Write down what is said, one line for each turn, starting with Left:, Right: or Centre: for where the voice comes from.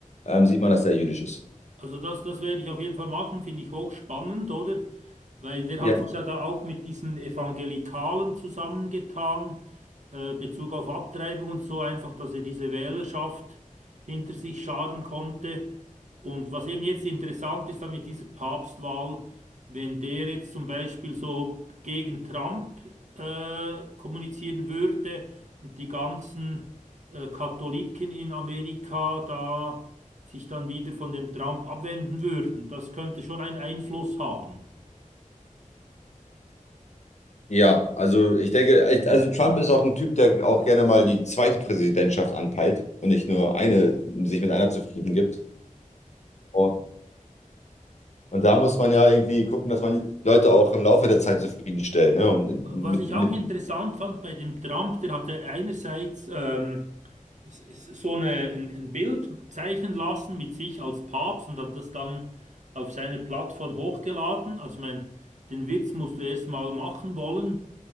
Left: ähm, sieht man, dass der jüdisch ist.
Right: Also das, das werde ich auf jeden Fall machen, finde ich hochspannend, oder? Weil der
Left: Ja.
Right: hat sich ja da auch mit diesen Evangelikalen zusammengetan, äh, Bezug auf Abtreibung und so einfach, dass er diese Wählerschaft hinter sich scharen konnte. Und was eben jetzt interessant ist da mit dieser Papstwahl, wenn der jetzt zum Beispiel so gegen Trump äh, kommunizieren würde und die ganzen äh, Katholiken in Amerika da sich dann wieder von dem Trump abwenden würden. Das könnte schon einen Einfluss haben.
Left: Ja, also ich denke, echt, also Trump ist auch ein Typ, der auch gerne mal die zweite Präsidentschaft anpeilt und nicht nur eine, sich mit einer zufrieden gibt. Und, und da muss man ja irgendwie gucken, dass man die Leute auch im Laufe der Zeit zufriedenstellt. Ne? Und
Right: Was
Left: mit,
Right: ich
Left: mit,
Right: auch interessant fand bei dem Trump, der hatte einerseits ähm, s- s- so eine, ein, ein Bild zeichnen lassen mit sich als Papst und hat das dann auf seine Plattform hochgeladen. Also ich meine, den Witz musst du erst mal machen wollen.